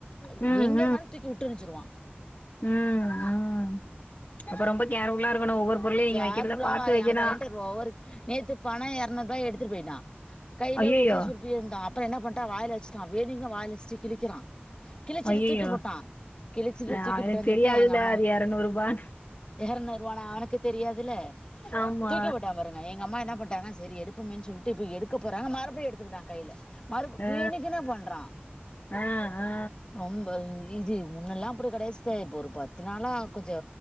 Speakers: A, on the left; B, on the left.
A: அய்
B: ம் ம்
A: எங்கெருந்தாலு தூக்கி வுட்டெருஞ்சுருவா
B: ம் ம் அப்ப ரொம்ப கேர்ஃபுலா இருக்கணு ஒவ்வொரு பொருளையு நீங்க
A: கேர்புல்லாவா
B: வைக்கிறத பாத்து வைக்கணு
A: எ பையன்ட ஓவர் நேத்து பணோ எரநூறுபா எடுத்துட்டு போய்ட்டா கைல
B: ஐயையோ
A: வச்சு சுருட்டிட்டு இருந்தா அப்பறோ என்ன பண்ட்டா வாய்ல வச்சுட்டா வேணிங்கு வாய்ல வச்சட்டு கிழிக்கிறா கிழிச்சுட்டு
B: ஐயையோ
A: தூக்கி போட்டா கிழிச்சுட்டு
B: அ
A: தூக்கி போட்டான்னு
B: எனக்கு தெரியாதுல்ல
A: சொல்ட்டு எங்க அம்மா
B: அது எரநூறுபான்னு
A: எறநூறுவானு அவனுக்கு தெரியாதுல
B: ஆமா
A: தூக்கி போட்டா பாரு அ எங்க அம்மா என்ன பண்ட்டாங்கனா சரி எடுப்போமேனு சொல்லிட்டு போய் எடுக்க போறாங்க மறுபடியு எடுத்துக்கிட்டா கைல மறு
B: ஆ
A: வேணுக்குனே பண்றா
B: ஆ ஆ
A: ரொம்ப இது முன்னெல்லா அப்டி கெடையாது சிஸ்டர் இப்போ ஒரு பத்து நாளா கொஞ்சோ